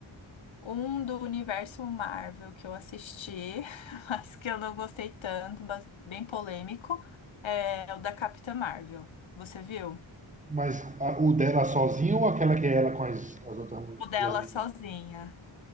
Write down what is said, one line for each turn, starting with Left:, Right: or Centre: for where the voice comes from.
Left: Um do universo Marvel que eu assisti, <laughs> mas que eu não gostei tanto, mas bem polêmico, é o da Capitã Marvel. Você viu?
Right: Mas a- o dela sozinho ou aquela que é ela com as, as outras mu-
Left: O dela
Right: duas meninas?
Left: sozinha.